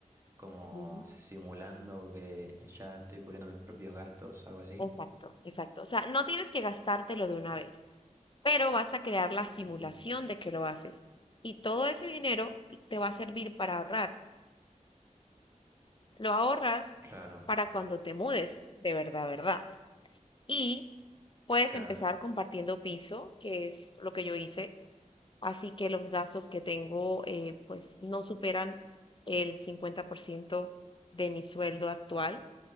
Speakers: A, on the right (about 20°); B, on the left (about 40°).
A: como
B: Mm.
A: simulando que ya estoy cubriendo mis propios gastos, algo así.
B: Exacto, exacto. O sea, no tienes que gastártelo de una vez, pero vas a crear la simulación
A: Ujú.
B: de que lo haces. Y todo ese dinero te va a servir para ahorrar. Lo ahorras
A: Claro,
B: para cuando te mudes, de verdad, verdad. Y puedes
A: claro.
B: empezar compartiendo piso, que es lo que yo hice. Así que los gastos que tengo, eh, pues no superan el 50% de mi sueldo actual